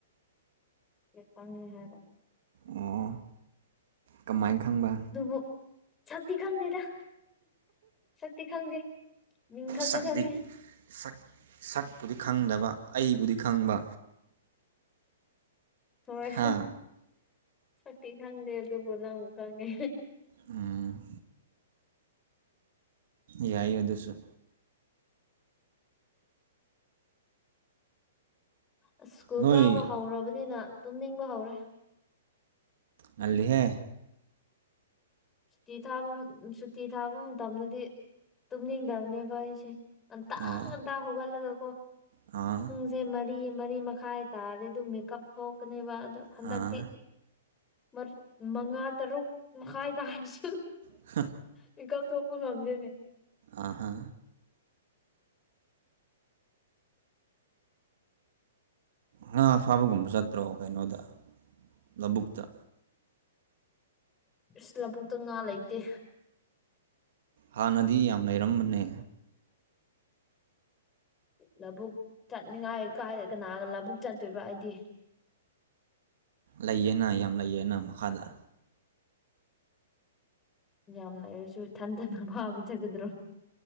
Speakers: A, on the left; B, on the right.
A: <unintelligible> ꯍꯥꯏꯕ
B: ꯑꯣ ꯀꯃꯥꯏ ꯈꯪꯕ
A: ꯑꯗꯨꯕꯨ ꯁꯛꯇꯤ ꯈꯪꯗꯦꯗ ꯁꯛꯇꯤ ꯈꯪꯗꯦ ꯃꯤꯡ ꯈꯛꯇ
B: ꯁꯛꯗꯤ
A: ꯈꯪꯉꯤ
B: ꯁꯛ ꯁꯛꯄꯨꯗꯤ ꯈꯪꯗꯕ ꯑꯩꯕꯨꯗꯤ ꯈꯪꯕ
A: ꯍꯣꯏ
B: ꯍꯥ
A: ꯁꯛꯇꯤ ꯈꯪꯗꯦ ꯑꯗꯨꯕꯨ ꯅꯪꯕꯨ ꯈꯪꯉꯦ
B: ꯑꯝ ꯌꯥꯏ ꯑꯗꯨꯁꯨ
A: ꯑꯁ ꯁ꯭ꯀꯨꯜ
B: ꯅꯣꯏ
A: ꯀꯥꯕ ꯍꯧꯔꯕꯅꯤꯅ ꯇꯨꯝꯅꯤꯡꯕ ꯍꯧꯔꯦ
B: ꯇꯜꯂꯤꯍꯦ
A: ꯁꯨꯇꯤ ꯊꯥꯕ ꯁꯨꯇꯤ ꯊꯥꯕ ꯃꯇꯝꯗꯗꯤ ꯇꯨꯝꯅꯤꯡꯗꯕꯅꯦꯕ ꯑꯩꯁꯦ ꯉꯟꯇ
B: ꯑꯣ
A: ꯉꯟꯇ ꯍꯧꯒꯠꯂꯒꯀꯣ
B: ꯑꯥ
A: ꯁꯦ ꯃꯔꯤ ꯃꯔꯤ ꯃꯈꯥꯏ ꯇꯥꯔꯗꯤ ꯑꯗꯨ ꯃꯦꯀꯞ ꯊꯣꯛꯀꯅꯦꯕ ꯑꯗꯨ ꯍꯟꯗꯛꯇꯤ
B: ꯑꯥ
A: ꯃꯔ ꯃꯉꯥ ꯇꯔꯨꯛ ꯃꯈꯥꯏ ꯇꯥꯔꯁꯨ
B: ꯍꯥ
A: ꯃꯤꯀꯞ ꯊꯣꯛꯄ ꯉꯝꯗꯦꯅꯦ
B: ꯑꯍꯥ ꯉꯥ ꯐꯥꯕꯒꯨꯝꯕ ꯆꯠꯇ꯭ꯔꯣ ꯀꯩꯅꯣꯗ ꯂꯧꯕꯨꯛꯇ
A: ꯏꯁ ꯂꯕꯨꯨꯛꯇ ꯉꯥ ꯂꯩꯇꯦ
B: ꯍꯥꯟꯅꯗꯤ ꯌꯥꯝ ꯂꯩꯔꯝꯕꯅꯦ
A: ꯂꯧꯕꯨꯛ ꯆꯠꯅꯤꯡꯉꯥꯏ ꯀꯥꯏ ꯀꯅꯥꯒ ꯂꯧꯕꯨꯛ ꯆꯠꯇꯣꯏꯕ ꯑꯩꯗꯤ
B: ꯂꯩꯌꯦꯅ ꯌꯥꯝ ꯂꯩꯌꯦꯅ ꯃꯈꯥꯗ
A: ꯌꯥꯝ ꯂꯩꯔꯁꯨ ꯏꯊꯟꯗꯅ ꯐꯥꯕ ꯆꯠꯀꯗ꯭ꯔꯣ